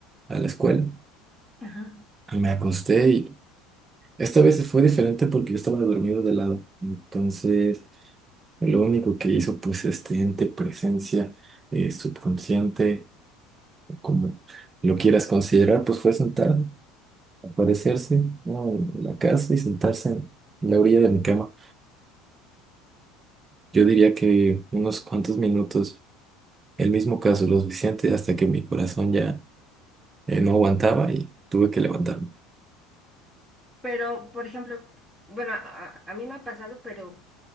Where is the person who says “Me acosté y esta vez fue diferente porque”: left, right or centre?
Right